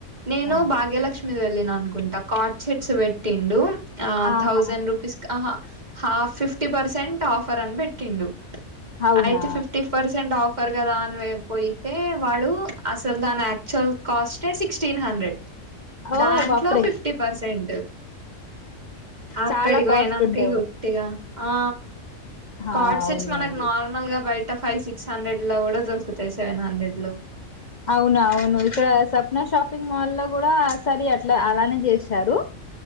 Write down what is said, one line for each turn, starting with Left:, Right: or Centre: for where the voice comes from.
Right: నేను
Left: ఆ
Right: భాగ్యలక్ష్మి వెళ్ళిన అనుకుంటా కాట్ చెడ్స్ పెట్టిండు. ఆ
Left: ఆహా
Right: థౌజండ్ రూపీస్ అహ హాఫ్ ఫిఫ్టీ పర్సెంట్ ఆఫర్ అని పెట్టిండు.
Left: అవునా
Right: అయితే ఫిఫ్టీ పర్సెంట్ ఆఫర్ కదా అనిపోయితే వాడు అసలు దనే కాస్టే సిక్స్టీన్ హండ్రెడ్
Left: ఓ
Right: దాంట్లో
Left: బాప్రే
Right: ఫిఫ్టీ పర్సెంట్. అక్కడికి
Left: చాలా కాస్ట్
Right: ఓయినాంక
Left: ఉంటాయి
Right: ఉట్టిగా ఆ
Left: ఆ,
Right: కార్డ్
Left: అవును
Right: సెట్స్ మనకు
Left: అది
Right: నార్మల్ గా బయట త ఫైవ్ సిక్స్ హండ్రెడ్ లా కూడా దొరుకుతాయి సెవెన్ హండ్రెడ్ లో.
Left: అవున అవును ఇక్కడ సప్నా షాపింగ్ మాల్ లో కూడా సరి అట్లా అలానే చేశారు.